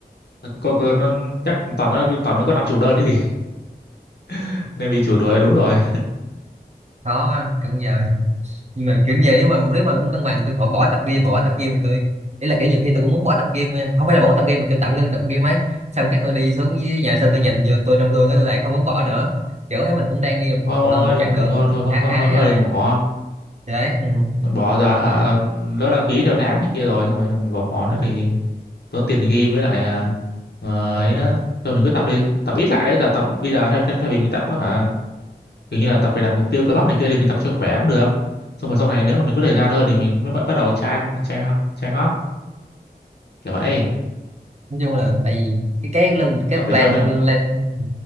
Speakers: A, on the left; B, on the right.
A: nó có, có, nó, chắc toàn nó toàn nó có năm chục đơn chứ gì <laughs> nên bị chủ đuổi đúng rồi
B: khó quá kiểu giờ nhưng mà kiểu giờ nếu mà nếu mà muốn cân bằng tôi bỏ bỏ tập gym bỏ tập gym thì tôi ý là kiểu nhiều khi tôi cũng muốn bỏ tập gym nha. không phải là bỏ tập gym mà kiểu tạm ngưng tập gym ấy xong cái tôi đi xuống dưới nhà sân tôi nhìn vô tôi trong gương cái tôi lại không muốn bỏ nữa kiểu thấy mình cũng đang đi một
A: Ông
B: một,
A: ơi,
B: một chặng đường
A: thôi thôi thôi
B: khá
A: thôi
B: khá
A: thôi,
B: ấy
A: thôi
B: rồi
A: đừng bỏ,
B: Thì đấy ừ.
A: bỏ ra
B: Nè.
A: hả, lỡ đăng ký theo tháng này kia rồi xong rồi còn bỏ, bỏ nữa
B: Ừ.
A: thì tốn tiền gym với lại à, ờ,
B: Ừ.
A: ấy đó thôi mình cứ tập đi tập ít lại đấy, là tập bây giờ thay, thay, thay vì mình tập á hả kiểu như là tập để đạt mục tiêu cơ bắp này kia thì mình tập cho khỏe cũng được xong rồi sau này nếu mà mình có thời gian hơn thì mình mới bắt bắt đầu chai chai chai hót kiểu vậy
B: nói chung là tại vì cái cái lên cái
A: tập để
B: plan
A: cho nó-
B: lên ừ,